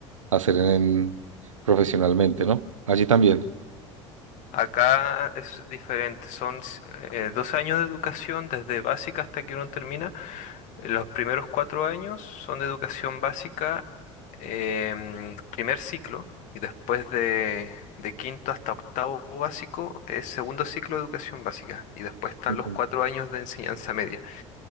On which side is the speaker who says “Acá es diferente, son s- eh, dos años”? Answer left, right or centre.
Left